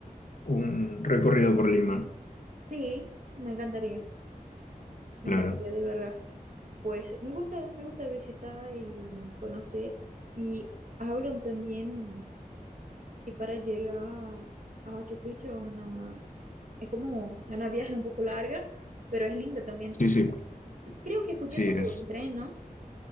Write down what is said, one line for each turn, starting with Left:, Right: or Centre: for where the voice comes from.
Left: un recorrido por Lima.
Right: sí, me encantaría. Me
Left: Claro.
Right: encantaría de verdad. Pues me gusta, me gusta visitar y conocer. Y hablan también que para llegar a Machu Picchu una, es como una viaje un poco larga, pero es linda también.
Left: Sí, sí,
Right: Creo que escuché
Left: sí,
Right: sobre
Left: es.
Right: un tren, ¿no?